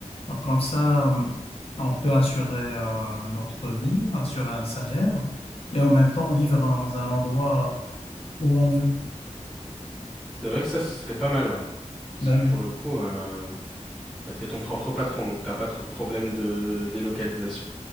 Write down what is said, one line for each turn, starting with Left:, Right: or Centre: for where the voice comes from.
Left: Donc comme ça, euh, on peut assurer euh, notre vie, assurer un salaire et en même temps vivre dans un endroit où on veut.
Centre: C'est vrai que ça, ce serait pas mal, ouais. Parce
Left: Ben
Centre: que pour le coup, euh, bah, t'es ton propre patron, donc t'as pas trop de problèmes de délocalisation.